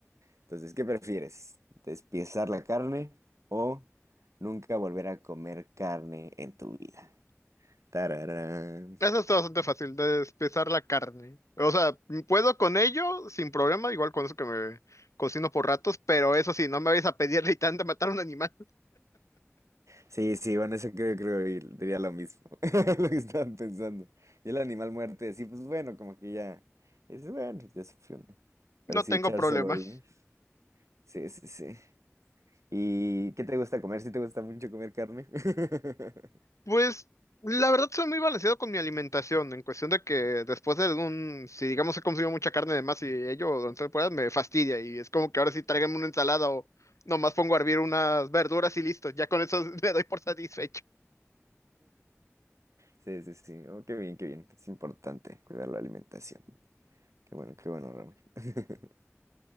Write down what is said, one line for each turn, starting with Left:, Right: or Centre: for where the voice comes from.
Right: Entonces, ¿qué prefieres? ¿Despiezar la carne o nunca volver a comer carne en tu vida? Tararán.
Left: eso está bastante fácil, de despezar la carne. O sea, puedo con ello sin problema, igual con eso que me cocino por ratos, pero eso sí, no me vais a pedir <laughs> ni tanto matar a un animal,
Right: Sí, sí, bueno, eso creo, creo que diría lo mismo, <laughs> lo que estaban pensando. Y el animal muerte, sí, pues bueno, como que ya, es bueno, ya sufrió, ¿no?
Left: <laughs>
Right: Pero
Left: no
Right: sí,
Left: tengo
Right: echárselo
Left: problema.
Right: ahí, sí, sí, sí. ¿Y qué te gusta comer? ¿Sí te gusta mucho comer carne? <laughs>
Left: Pues la verdad soy muy balanceado con mi alimentación, en cuestión de que después de un, si digamos he consumido mucha carne de más y ello durante temporadas me fastidia y es como que ahora sí tráigame una ensalada o nomás pongo a hervir unas verduras y listo, ya con eso <laughs> me doy por satisfecho.
Right: Sí, sí, sí, oh, qué bien, qué bien, es importante cuidar la alimentación. Qué bueno, qué bueno, Ramón. <laughs>